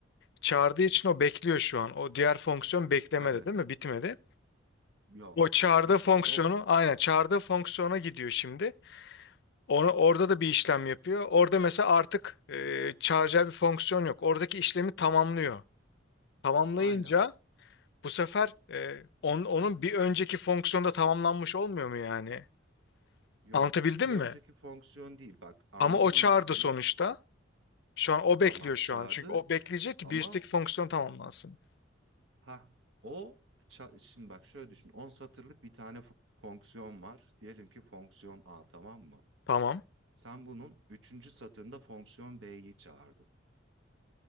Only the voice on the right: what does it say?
evet
yok
be- bitmedi
o
aynen
yok
bir önceki
fonksiyon değil bak anladım
ben seni.
Tamam
çağırdı
ama
Ha o ça- şimdi bak şöyle düşün. on satırlık bir tane f- fonksiyon var. Diyelim ki fonksiyon A tamam mı?
Sen bunun üçüncü satırında fonksiyon B'yi çağırdın.